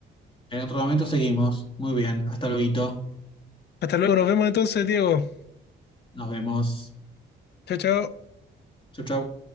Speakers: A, on the left; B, on the left.
A: En otro momento seguimos. Muy bien. Hasta luego.
B: Hasta luego, nos vemos entonces, Diego.
A: Nos vemos.
B: Chao, chao.
A: Chau, chau.